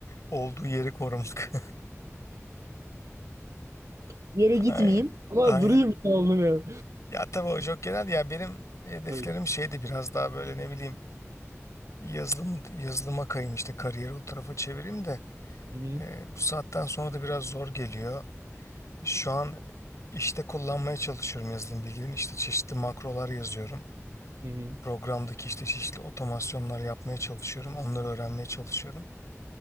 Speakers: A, on the left; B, on the right.
A: olduğu yeri korumak.
B: Bir yere
A: <laughs>
B: gitmeyeyim
A: Aynen.
B: ama
A: Aynen.
B: durayım. oldum yani.
A: Ya tabii o çok genel. Ya benim hedeflerim
B: Tabii ki.
A: şeydi biraz daha böyle ne bileyim yazılım yazılıma kayayım işte kariyeri o tarafa çevireyim de
B: Hı hı.
A: e, bu saatten sonra da biraz zor geliyor. Şu an işte kullanmaya çalışıyorum yazılım bilgilerini. İşte çeşitli makrolar yazıyorum.
B: Hı hı.
A: Programdaki işte çeşitli otomasyonlar yapmaya çalışıyorum. Onları öğrenmeye çalışıyorum.